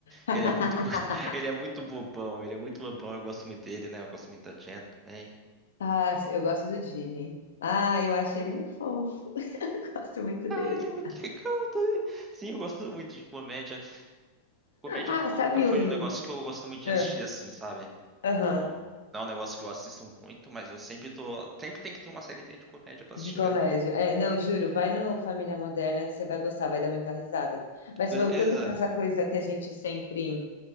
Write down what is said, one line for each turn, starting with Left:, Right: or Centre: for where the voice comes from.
Left: <laughs>
Right: Ele é muito, <laughs> muito. Ele é muito bobão. Ele é muito bobão. Eu gosto muito dele, né? Eu gosto muito da Jen também.
Left: Ah, eu gosto do Jimmy. Ah, eu acho ele um fofo, <laughs> gosto muito dele.
Right: Ah, ele é muito <laughs> legal também. Sim, eu gosto muito de comédia. Comédia
Left: Ah,
Right: nu-
Left: sabe
Right: nunca foi
Left: um...
Right: um negócio que eu gosto muito de
Left: Ah,
Right: assistir assim, sabe?
Left: Aham,
Right: Tipo, não é um negócio que eu assisto muito, mas eu sempre tô. Sempre tem que ter uma série de comédia pra
Left: de
Right: assistir,
Left: comédia.
Right: né?
Left: É, não, juro, vai no Família Moderna que você vai gostar, vai dar muita risada. Mas
Right: Beleza.
Left: voltando para essa coisa que a gente sempre,